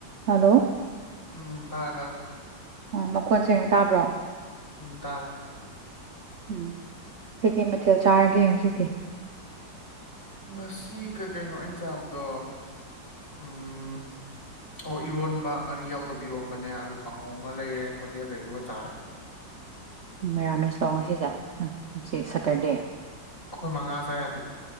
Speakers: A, on the right; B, on the left.
A: Hello
B: ꯎꯝ ꯇꯥꯔꯦ ꯇꯥꯔꯦ
A: ꯑꯣ ꯃꯈꯣꯟ ꯁꯦꯡꯅ ꯇꯥꯕ꯭ꯔꯣ
B: ꯎꯝ ꯇꯔꯦ
A: ꯎꯝ ꯀꯩꯀꯩ ꯃꯊꯦꯜ ꯆꯥꯔꯒꯦ ꯉꯁꯤꯗꯤ
B: ꯉꯁꯤ ꯀꯩ ꯀꯩꯅꯣ ꯑꯩꯅ ꯆꯥꯕꯗꯣ ꯎꯝ ꯑꯣ ꯏꯔꯣꯟꯕ ꯉꯥꯔꯤ ꯌꯥꯎꯗꯕ ꯏꯔꯣꯟꯕꯅꯦ ꯑꯂꯨ ꯀꯥꯍꯧ ꯑꯃ ꯂꯩꯔꯦ ꯍꯣꯇꯦꯜꯗꯩ ꯑꯗꯨꯒ ꯆꯥꯔꯦ
A: ꯃꯦꯔꯥꯃꯦꯁ ꯂꯣ ꯉꯁꯤꯖꯦ ꯁꯇꯔꯗꯦ
B: ꯑꯩꯈꯣꯏ ꯑꯩꯈꯣꯏ ꯃꯉꯥ ꯆꯥ ꯌꯥꯗꯦ